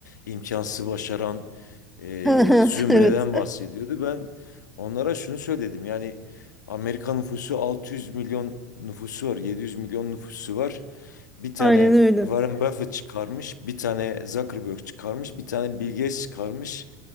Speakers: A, on the left; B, in the centre.
A: imkansız başaran e,
B: Aha,
A: zümreden
B: evet.
A: bahsediyordu. Ben onlara şunu söyledim yani Amerika nüfusu 600 milyon nüfusu var, 700 milyon nüfusu var. Bir tane
B: Aynen öyle.
A: Warren Buffett çıkarmış, bir tane Zuckerberg çıkarmış, bir tane Bill Gates çıkarmış.